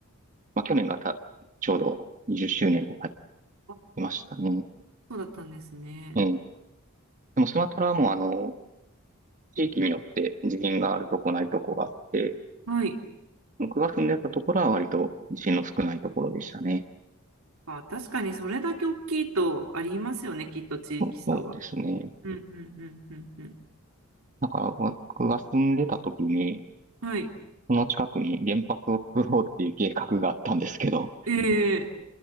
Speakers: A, on the right (about 35°); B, on the right (about 75°).
A: まあ、去年がた、ちょうど20周年とかやっ
B: あ、
A: てましたね。
B: そうだったんですね。
A: ええでもスマトラはもうあの、地域によって地震があるとこないとこがあって、
B: はい。
A: 僕が住んでたところは割と地震の少ないところでしたね。
B: まあ、確かにそれだけ大きいとありますよね、きっと地域差は。
A: そうそうですね。
B: うんうんうんうんうん。
A: なんか僕が住んでた時に、
B: はい。
A: この近くに原発を作ろうっていう計画があったんですけど、
B: ええ